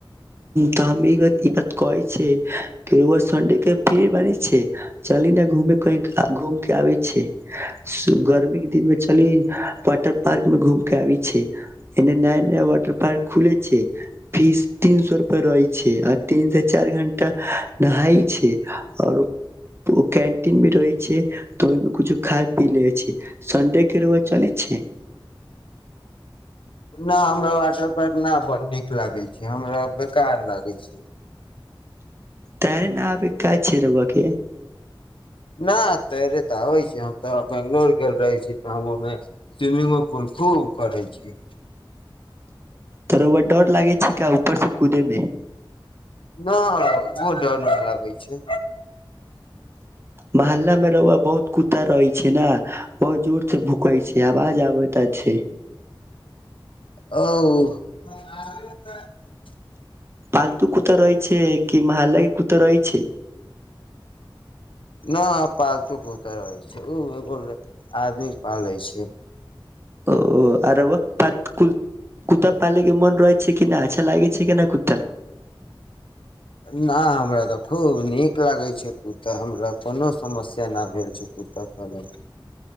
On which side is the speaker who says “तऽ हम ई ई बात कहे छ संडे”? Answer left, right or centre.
Right